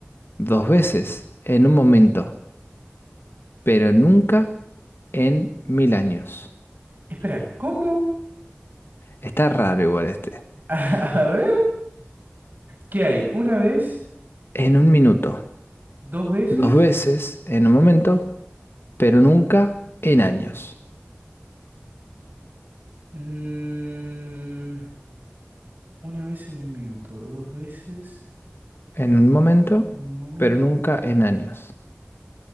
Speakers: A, on the left (about 65°); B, on the right (about 50°).
A: dos veces en un momento, pero nunca en mil años.
B: Espera, ¿cómo?
A: Está raro igual este.
B: <laughs> A ver, ¿qué hay? ¿Una vez?
A: En un minuto.
B: ¿Dos veces?
A: Dos veces en un momento, pero nunca en años.
B: Mm, una vez en un minuto, dos veces
A: En
B: eh,
A: un momento,
B: en un momento.
A: pero nunca en años.